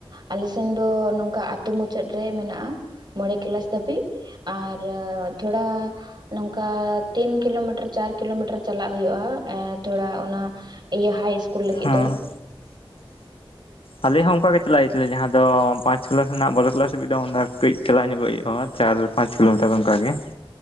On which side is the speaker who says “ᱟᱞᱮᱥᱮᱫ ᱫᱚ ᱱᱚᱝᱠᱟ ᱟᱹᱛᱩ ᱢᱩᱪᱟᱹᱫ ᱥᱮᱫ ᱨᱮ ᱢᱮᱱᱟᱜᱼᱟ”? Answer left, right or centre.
Right